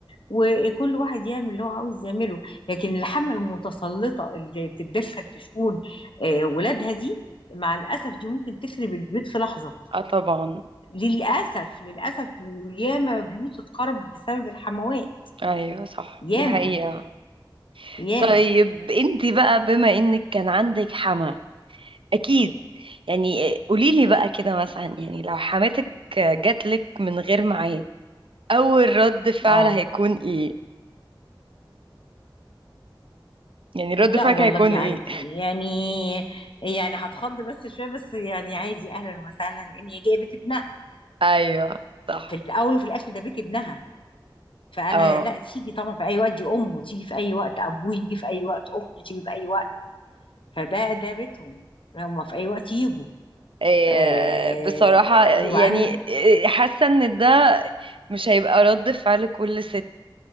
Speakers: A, on the left (about 75°); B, on the right (about 85°).
A: وكل واحد يعمل اللي هو عاوز يعمله لكن الحمل المتسلطه اللي بتتدخل في شؤون آه، ولادها دي مع الاسف دي ممكن تخرب البيت في لحظه
B: اه طبعا
A: للأسف للأسف وياما بيوت اتخرب بسبب الحموات
B: ايوه صح
A: ياما
B: دي حقيقة
A: ياما
B: طيب انت بقى بما انك كان عندك حما اكيد يعني قوليلي بقى كده مثلا يعني لو حماتك جاتلك من غير ميعاد اول رد فعل
A: اه
B: هيكون ايه يعني رد
A: لا
B: فعلك
A: والله
B: هيكون ايه
A: عادي يعني يعني هتخض بس شوية بس يعني عادي أهلا وسهلا لأن هي جاية بيت ابنها
B: <laughs> ايوه صح
A: في الأول وفي الآخر ده بيت ابنها فأنا
B: اه
A: لا تيجي طبعا في أي وقت دي أمه تيجي في أي وقت أبوه يجي في أي وقت أخته تيجي في أي وقت فده ده بيتهم هما في أي وقت يجوا
B: آه،
A: آه
B: بصراحة يعني
A: وبعدين
B: آه، حاسة ان ده مش هيبقى رد فعل كل ست